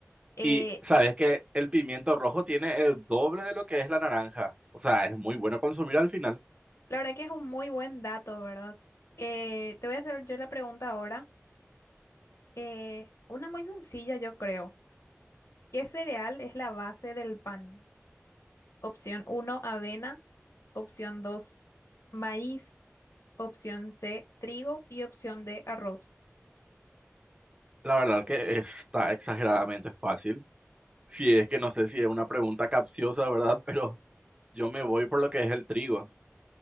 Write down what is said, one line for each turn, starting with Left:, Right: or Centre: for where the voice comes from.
Left: Eh,
Right: Y sabes que el pimiento rojo tiene el doble de lo que es la naranja. O sea, es muy bueno consumir al final.
Left: La verdad que es un muy buen dato, ¿verdad? Eh, te voy a hacer yo la pregunta ahora. Eh, una muy sencilla, yo creo. ¿Qué cereal es la base del pan? Opción uno avena. Opción dos maíz. Opción C, trigo. Y opción D, arroz.
Right: La verdad que está exageradamente fácil. Si es que no sé si es una pregunta capciosa, ¿verdad? <laughs> Pero yo me voy por lo que es el trigo.